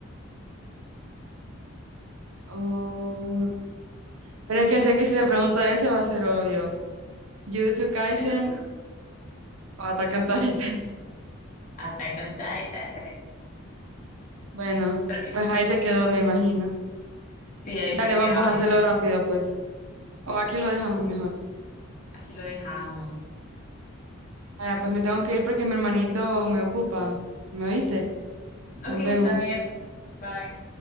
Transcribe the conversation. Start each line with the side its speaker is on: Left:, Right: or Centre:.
Right: oh, Pero es que sé que si te pregunto ese va a ser obvio. Jujutsu Kaisen
Left: Bueno,
Right: o Attack on Titan. <laughs>
Left: Attack on Titan.
Right: Bueno,
Left: Pero
Right: pues ahí se quedó, me imagino.
Left: sí, ahí
Right: Dale,
Left: se queda
Right: vamos a
Left: porque
Right: hacerlo rápido, pues. O aquí lo dejamos mejor.
Left: aquí lo dejamos.
Right: Ah, pues me tengo que ir porque mi hermanito me ocupa. ¿Me oíste?
Left: Ok,
Right: Nos
Left: está
Right: vemos.
Left: bien. Bye.